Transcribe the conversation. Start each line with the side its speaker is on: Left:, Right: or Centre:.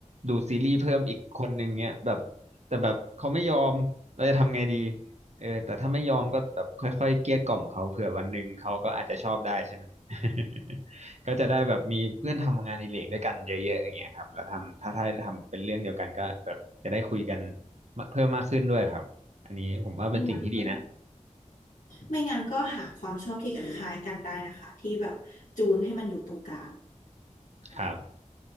Right: ดูซีรีส์เพิ่มอีกคนหนึ่งเงี้ยแบบแต่แบบเขาไม่ยอมเราจะทำไงดีเออแต่ถ้าไม่ยอมก็แบบค่อยๆเกลี้ยกล่อมเขาเผื่อวันหนึ่งเขาก็อาจจะชอบได้ใช่ไหม <laughs> ก็จะได้แบบมีเพื่อนทำงานอดิเรกด้วยกันเยอะๆอย่างเงี้ยครับแล้วทำถ้าถ้าทำเป็นเรื่องเดียวกันก็แบบจะได้คุยกันมาเพิ่มมากขึ้นด้วยครับอันนี้ผมว่าเป็นสิ่งที่ดีนะ
Left: ไม่งั้นก็ไม่งั้นก็หาความชอบที่คล้ายๆกันได้นะคะที่แบบจูนให้มันอยู่ตรงกลางอ่า
Right: ครับ